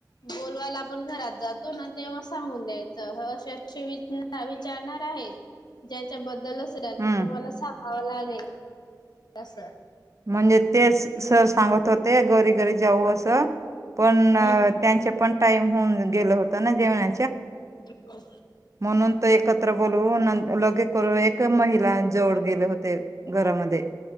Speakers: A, on the left; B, on the right.
A: बोलवायला आपण घरात जातो ना तेव्हा सांगून द्यायचं अस विच विचारणार आहे. ज्याच्याबद्दल रहायच
B: हम्म.
A: तुम्हाला सांगावं लागेल तस
B: म्हणजे तेच सर सांगत होते घरी घरी जाऊ असं पण
A: हम्म
B: त्यांचे पण टाईम होऊन गेल होत ना जेवणा
A: हो
B: म्हणून तो एकत्र बोलू, लगे करू, एक महिला जवळ गेले होते. घरामध्ये,